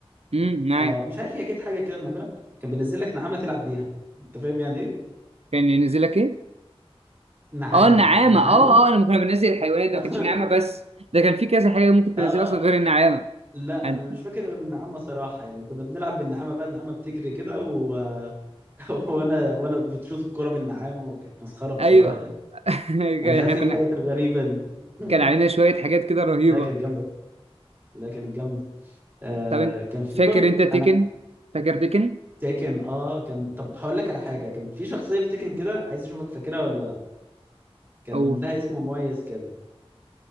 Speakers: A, on the right; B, on the right.
A: امم معاك
B: اه مش عارف هي كانت حاجه كده بنعملها كان بينزل لك نعامه تلعب بيها انت فاهم يعني ايه
A: كان ينزل لك ايه
B: نعامه
A: اه النعامه
B: نعامه
A: اه اه لما كنا بننزل الحيوانات ده
B: <laughs>
A: ما كانتش نعامه بس ده كان في كذا حاجه ممكن تنزلها
B: اه
A: اصلا غير النعامه
B: لا
A: هن-
B: انا مش فاكر غير النعامه صراحه يعني كنا بنلعب بالنعامه بقى النعامه بتجري كده و... <laughs> وانا وانا بتشوط الكوره بالنعامه وكانت مسخره بصراحه
A: ايوه <laughs>
B: انا
A: كان-
B: مش عارف
A: احنا كنا
B: ايه الحاجات الغريبه دي <laughs>
A: كان علينا شويه حاجات كده رهيبه
B: لا كانت جامده لا كانت جامده آه
A: طب انت
B: كان في
A: فاكر
B: برضو
A: انت تيكن
B: انا
A: فاكر تيكن
B: تيكن اه كان طب هقول لك على حاجه كان في شخصيه في تيكن كده عايز اشوفك فاكرها ولا لا كان
A: او
B: لها اسم مميز كده